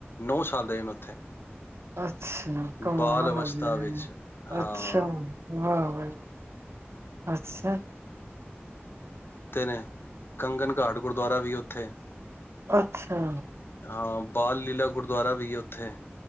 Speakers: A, on the left; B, on the right.
A: ਨੌ ਸਾਲ ਰਹੇ ਨੇ ਉੱਥੇ।
B: ਅੱਛਾ ਕਮਾਲ
A: ਬਾਲ ਅਵਸਥਾ
B: ਹੋ ਗਈ।
A: ਵਿੱਚ, ਹਾਂ
B: ਅੱਛਾ, ਵਾਹ ਵਾਹ, ਅੱਛਾ,
A: ਨੇ ਕੰਗਣ ਘਾਟ ਗੁਰਦੁਆਰਾ ਵੀ ਉੱਥੇ
B: ਅੱਛਾ
A: ਹਾਂ ਬਾਲ ਲੀਲਾ ਗੁਰਦੁਆਰਾ ਵੀਈ ਆ ਉੱਥੇ